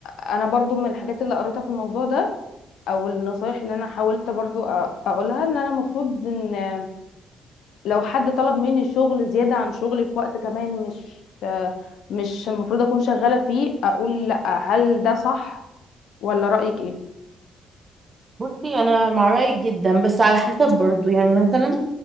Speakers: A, on the left (about 75°); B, on the right (about 30°).
A: انا برضو من الحاجات اللي قريتها في الموضوع ده او النصايح اللي انا حاولت برضو أ- اقولها ان انا المفروض ان لو حد طلب مني شغل زيادة عن شغلي في وقت كمان مش مش المفروض أكون شغالة فيه أقول لأ هل ده صح ولا رأيك إيه؟
B: بصي انا مع رايك جدا بس على حسب برضو يعني مثلا